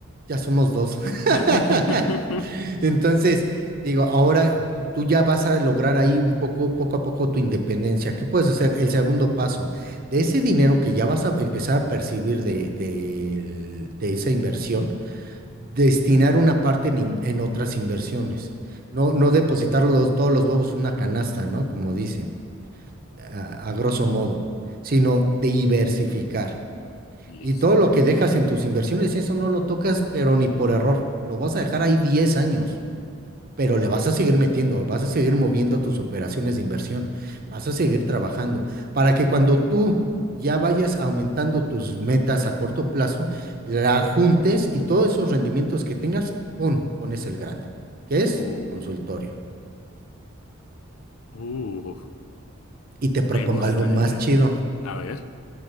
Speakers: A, on the right (about 45°); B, on the left (about 80°).
A: Ya somos dos. <laughs>
B: <laughs>
A: Entonces, digo, ahora tú ya vas a lograr ahí un poco, poco a poco tu independencia. ¿Qué puedes hacer? El segundo paso, de ese dinero que ya vas a empezar a percibir de, del- de esa inversión, destinar una parte en, in- en otras inversiones. No, no depositar los- todos los huevos en una canasta, ¿no? Como dicen, a a grosso modo, sino diversificar.
B: Listo.
A: Y todo lo que dejas en tus inversiones, eso no lo tocas, pero ni por error. Lo vas a dejar ahí 10 años, pero le vas a seguir metiendo, vas a seguir moviendo tus operaciones de inversión, vas a seguir trabajando para que cuando tú ya vayas aumentando tus metas a corto plazo, la juntes y todos esos rendimientos que tengas, pon, pones el grande, que es
B: Uh,
A: tu consultorio.
B: uh,
A: Y te propongo
B: me gusta
A: algo más
B: la idea.
A: chido.
B: A ver,